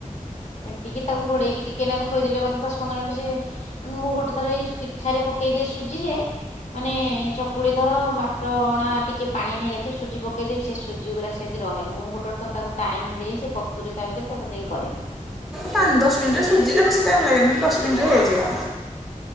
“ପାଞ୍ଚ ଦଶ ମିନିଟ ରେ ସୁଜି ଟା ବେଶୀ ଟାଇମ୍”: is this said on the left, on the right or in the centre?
Centre